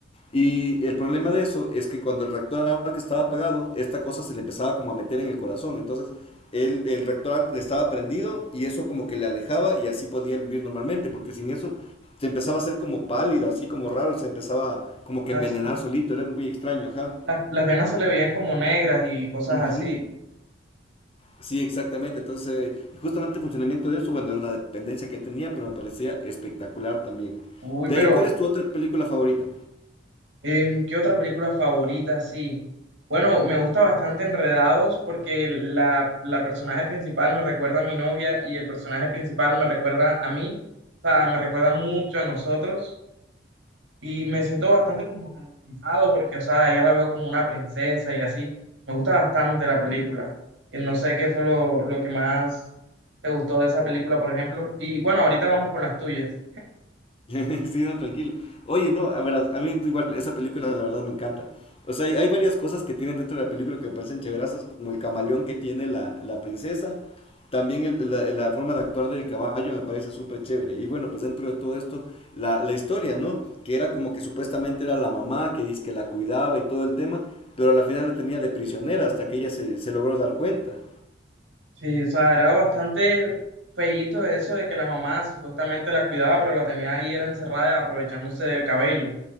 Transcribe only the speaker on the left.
Y el problema de eso es que cuando el reactor que estaba apagado, esta cosa se le empezaba como a meter en el corazón. Entonces, el, el reactor estaba prendido y eso como que le alejaba y así podía vivir normalmente, porque sin eso se empezaba a hacer como pálido, así como raro, se empezaba como que
a envenenar
solito, era muy extraño, ajá.
Ujú.
Sí, exactamente. Entonces, eh, justamente el funcionamiento de eso, bueno, era una dependencia que él tenía, pero me parecía espectacular también.
De
ahí, ¿cuál es tu otra película favorita?
<laughs> Sí, no, tranquilo. Oye, no, a ver, a mí igual esa película la verdad me encanta. O sea, hay, hay varias cosas que tienen dentro de la película que me parecen chéverasas, como el camaleón que tiene la, la princesa. También el- la, la forma de actuar del caballo me parece súper chévere. Y bueno, pues dentro de todo esto, la, la historia, ¿no? Que era como que supuestamente era la mamá que dice que la cuidaba y todo el tema, pero a la final la tenía de prisionera hasta que ella se, se logró dar cuenta.